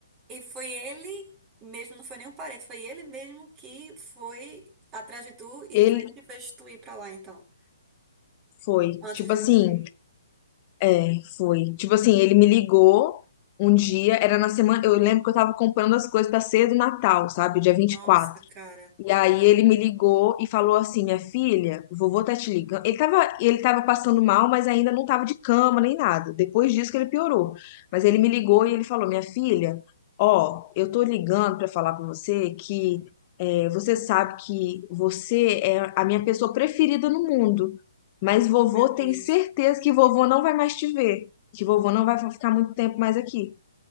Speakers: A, on the right; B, on the left.
A: e foi ele mesmo, não foi nem um parente, foi ele mesmo que foi atrás de tu e
B: ele
A: foi ele que fez tu ir pra lá, então,
B: foi,
A: antes
B: tipo
A: dele
B: assim,
A: morrer.
B: é, foi, tipo assim, ele me ligou um dia, era na semana, eu lembro que eu tava comprando as coisas pra ceia do Natal, sabe, dia vinte
A: Nossa,
B: e quatro.
A: cara.
B: E aí ele me ligou e falou assim, minha filha, o vovô tá te ligando. Ele tava, ele tava passando mal, mas ainda não tava de cama nem nada. Depois disso que ele piorou. Mas ele me ligou e ele falou, minha filha, ó, eu tô ligando pra falar com você que é, você sabe que você é a minha pessoa preferida no mundo. Mas vovô
A: Oh, meu Deus.
B: tem certeza que vovô não vai mais te ver, que vovô não vai ficar muito tempo mais aqui.